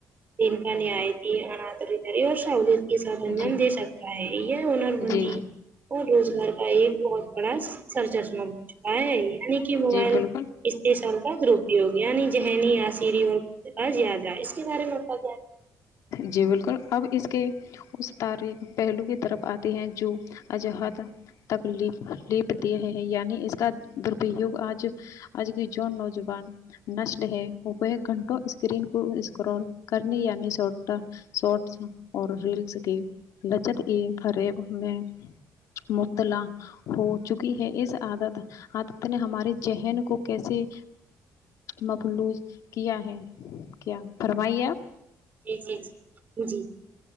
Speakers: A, on the right; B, on the left.
A: ان کا نہایت امانت داری اور سہولت کے ساتھ انجام
B: جی
A: دے سکتا ہے یہ ہنر مند
B: جی
A: اور روزگار کا ایک بہت بڑا سر چشمہ بن چکا ہے یعنی کہ موبائل
B: جی بالکل
A: استشال کا درپیوگ یعنی ذہنی سری اور یادا اس کے بارے میں آ <unintelligible>
B: جی بالکل اب اس کے اس تاریخ پہلو کی طرف آتے ہیں جو اجہد تکلیف دے ہیں یعنی اس کا درپیوگ آج آج کے جو نوجوان نشل ہے وہ ویہ گھنٹوں اسکرین کو اسکرول کرنی ینیش شارٹس اور ریلس کی لچت کی خریب میں مطلع ہو چکی ہے اس عادت عادت نے ہمارے ہے جہن کو کیسے مفلوج کیا ہے کیا فرمائیے آپ
A: جی جی جی